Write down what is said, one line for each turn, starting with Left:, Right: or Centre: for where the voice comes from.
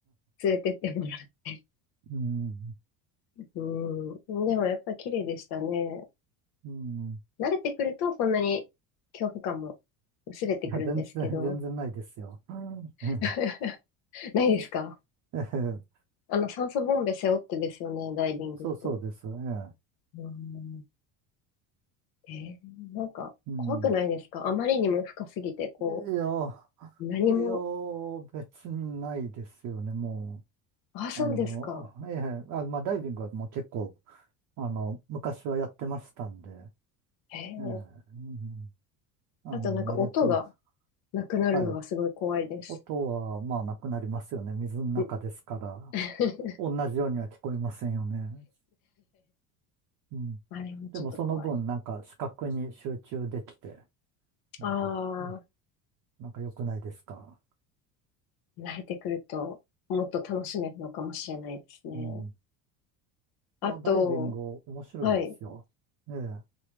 Left: 連れてってもらって。
Right: うん、
Left: うん。でもやっぱり綺麗でしたね。
Right: うん。
Left: 慣れてくるとそんなに恐怖感も薄れてくるんですけど、
Right: いや、全然、<laughs> 全然ないですよ。うん
Left: <laughs> ないですか
Right: ええ、
Left: あの、酸素ボンベ背負ってですよね、ダイビングって。
Right: <laughs> そうそうです。ええ、
Left: うん。えー、なんか怖くないですかあまりにも深すぎて、
Right: うん。
Left: こ
Right: いや、
Left: う、何も、
Right: いや、別にないですよね、も
Left: あ、そうですか。
Right: う。あの、ええ、あ、まあ、ダイビングはもう結構、あの、昔はやってましたんで、
Left: へえ。
Right: ええ、うんあの、
Left: あとなんか音が
Right: 慣れてます。
Left: なくなるのがすごい怖いです。
Right: はい。音は、まあ、なくなりますよね。水の中ですから。
Left: ん <laughs>
Right: 同じようには聞こえませんよね。うん。
Left: あれもちょっと怖い。
Right: でも、その分、なんか、視覚に集中できて、なんか、
Left: ああ、
Right: ねなんか良くないですか。
Left: 慣れてくるともっと楽しめるのかもしれないですね。
Right: うん。い
Left: あと、
Right: や、ダイビング面白いですよ。
Left: はい。
Right: ええ、